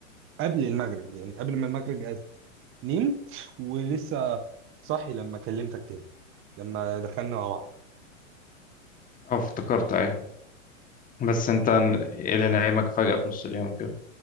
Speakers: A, on the right; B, on the left.
A: قبل المغرب يعني قبل ما المغرب يأذن نمت ولسه صاحي لما كلمتك تاني لما دخلنا مع بعض
B: اه افتكرت ايه بس انت ايه اللي نعيمك فجأة في نص اليوم كده